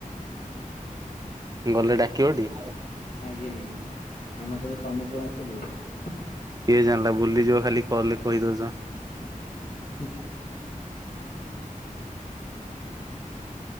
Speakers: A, on the right; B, on the left.
A: ଗଲେ ଡାକିବ ଟିକେ।
B: ଆଜ୍ଞା ଆଜ୍ଞା ଆମର ତ ଏବେ ସମୁଦ୍ର ମାଛ ବହୁତ।
A: କିଏ ଜାଣିଲା ବୁଲିଯିବ ଖାଲି କହେ କହିଦଉଛ।
B: ହୁଁ।
A: ହିଁ।